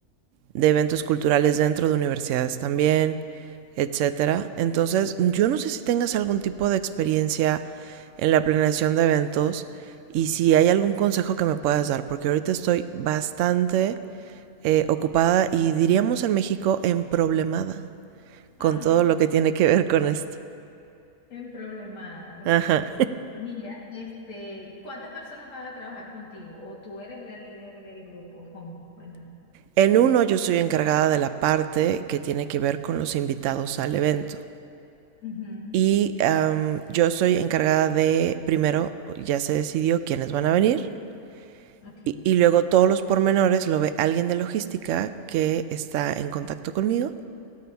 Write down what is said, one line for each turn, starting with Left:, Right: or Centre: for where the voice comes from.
Right: de eventos culturales dentro de universidades también, etcétera. Entonces, yo no sé si tengas algún tipo de experiencia en la planeación de eventos y si hay algún consejo que me puedas dar, porque ahorita estoy bastante eh, ocupada y diríamos en México emproblemada con
Left: Ah,
Right: todo lo que tiene que ver con esto.
Left: bien problemada, ok.
Right: Ajá.
Left: Mira, este, ¿cuántas personas van a trabajar contigo? ¿O tú eres la líder del grupo? ¿Cómo? Cuéntame.
Right: En uno yo estoy encargada de la parte que tiene que ver con los invitados al evento.
Left: Ujú,
Right: Y am, yo soy encargada de, primero, ya se decidió quiénes van a venir.
Left: Ok.
Right: Y, y luego todos los pormenores lo ve alguien de logística que está en contacto conmigo.